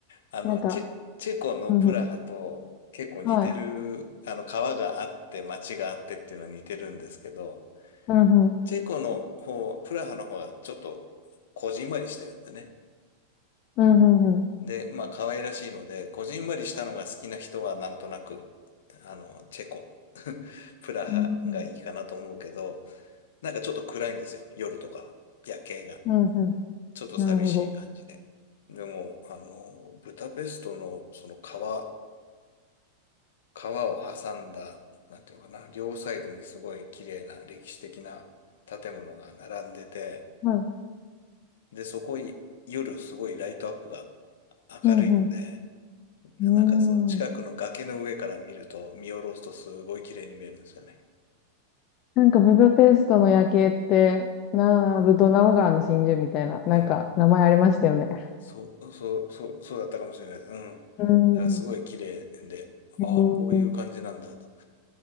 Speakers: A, on the left; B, on the left.
A: あの、
B: なんか、
A: チェ、チェコのプラハと結構似てる、
B: うんうん。はい。
A: あの、川があって街があってっていうのは似てるんですけど、
B: うんうん。
A: チェコの方、プラハの方はちょっとこじんまりしてるんですよね。
B: うんうんうん。
A: で、まあ可愛らしいので、こじんまりしたのが好きな人はなんとなく、あの、チェコ、<laughs> プラハがいいかなと思うけど、
B: うん
A: なんかちょっと暗いんですよ、夜とかは、夜景が。
B: うんうん。
A: ちょっと寂しい感じで。
B: なるほど。
A: でも、あの、ブダペストのその川、川を挟んだ、なんていうのかな、両サイドにすごい綺麗な歴史的な建物が並んでて、
B: はい。
A: で、そこい夜すごいライトアップが
B: うんう
A: 明るいので、なんかその近くの崖の上から見ると、
B: ん。うーん。
A: 見下ろすとすごい綺麗に見えるんですよね。
B: なんかブダペストの夜景って、なあ、ブドナウ川の真珠みたいな、なんか名前ありましたよね。
A: うん。そう、そう、そう、そうだったかもしれないです。うん。
B: <laughs>
A: だ
B: うー
A: からすごい綺麗で、
B: ん。へーうん
A: ああ、こういう感じなんだと。